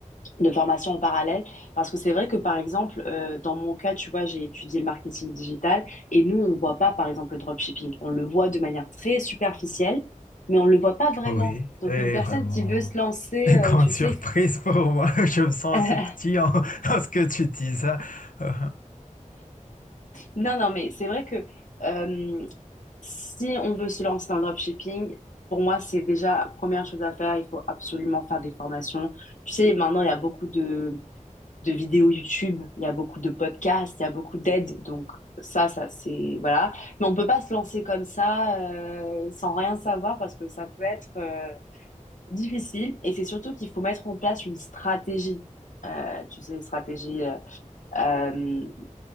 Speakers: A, on the left; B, on the left.
A: de formation en parallèle parce que c'est vrai que par exemple euh, dans mon cas tu vois j'ai étudié le marketing digital et nous on voit pas par exemple le dropshipping on le voit de manière très superficielle mais on le voit pas vraiment
B: Ah Oui,
A: donc
B: c'est
A: une personne
B: vraiment
A: qui veut se lancer
B: <laughs> une
A: euh,
B: grande
A: tu
B: surprise
A: sais
B: pour moi. <laughs> Je me sens
A: <laughs>
B: si petit en, <laughs> en ce que tu dis ça. <laughs>
A: non non mais c'est vrai que euh, si on veut se lancer dans le dropshipping pour moi c'est déjà la première chose à faire il faut absolument faire des formations tu sais maintenant il y a beaucoup de de vidéos YouTube, il y a beaucoup de podcasts, il y a beaucoup d'aides. Donc ça, ça c'est voilà. Mais on peut pas se lancer comme ça euh, sans rien savoir parce que ça peut être euh, difficile. Et c'est surtout qu'il faut mettre en place une stratégie. Euh, tu sais, une stratégie euh, euh,